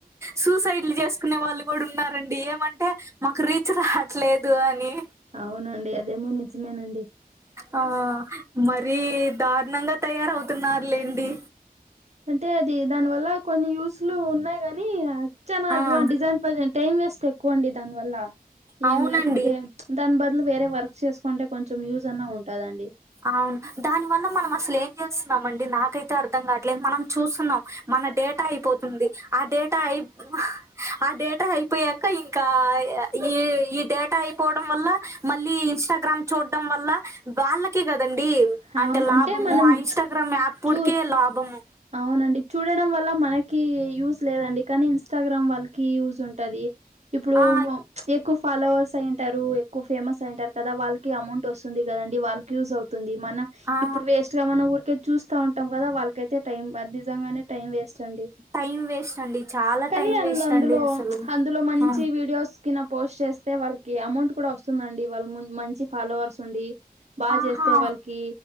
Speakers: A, on the right; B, on the right.
A: సూసైడ్లు చేసుకునే వాళ్ళు కూడా ఉన్నారండి ఏమంటే మాకు రిచ్ రావట్లేదు అని
B: అవునండి అదేమో నిజమేనండి
A: ఆ మరీ దారుణంగా తయారవుతున్నారులేండి
B: అంటే అది దాని వల్ల కొన్ని యూస్లు ఉన్నాయి గాని చాల అడ్వాన్
A: ఆ
B: డిజైన్ టైమ్ వేస్ట్ ఎక్కువండి దానివల్ల
A: అవునండి.
B: ఏం వర్క్ చ్ దాని బదులు వేరే వర్క్ చేసుకుంటే కొంచెం యూజ్ అన్నా ఉంటదండి
A: అవును దాని వల్ల మనం అసలు ఏం చేస్తున్నాం అండి నాకైతే అర్థం కావట్లేదు మనం చూస్తున్నాం మన డేటా అయిపోతుంది ఆ డేటా అయి ఆ డేటా అయిపోయాక ఇంకా ఈ ఈ డేటా అయిపోవడం వల్ల మళ్ళీ ఇన్స్టాగ్రామ్ చూడడం వల్ల వాళ్ళ కి కదండి అంటే
B: అవును
A: లాభము
B: మనం
A: ఆ ఇంస్టాగ్రామ్ యాప్ ఉడికే
B: చూ
A: లాభము
B: అవునండి చూడడం వల్ల మనకి యూజ్ లేదండి కానీ ఇన్స్టాగ్రామ్ వాళ్ళకి యూజ్ ఉంటది ఇప్పుడు
A: ఆ
B: ఎక్కువ ఫాలోవర్స్ అయింటారు ఎక్కువ ఫాలోవర్స్ అయింటారు ఎక్కువ ఫేమస్ అయుంటారు కదా వాళ్ళకి అమౌంట్ వస్తుంది కదండి వాళ్ళకి యూజ్ అవు తుంది మన
A: ఆ
B: ఇప్పుడు వేస్ట్ గా మనం ఊరికే చూస్తా ఉంటాం కదా వాళ్ళకైతే టైం నిజంగానే టైం వేస్ట్ అండి
A: టైం వేస్ట్ అండి చాలా
B: కానీ
A: టైం
B: అ
A: వేస్ట్
B: అందులో
A: అండి అసలు.
B: అందులో మంచి
A: ఆ
B: వీడియోస్ కన పోస్ట్ చేస్తే వాళ్ళకి అమౌంట్ కూడా వస్తుందండి వాళ్ళు మంచి ఫాలోవర్స్ ఉండి బాగా
A: ఆహా!
B: చేస్తే వాళ్ళకి